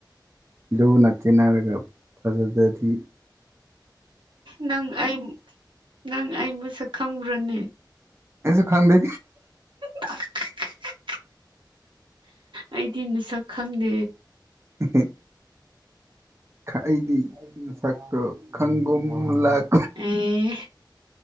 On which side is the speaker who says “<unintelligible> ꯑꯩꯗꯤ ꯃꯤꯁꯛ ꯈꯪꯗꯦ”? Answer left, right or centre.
Right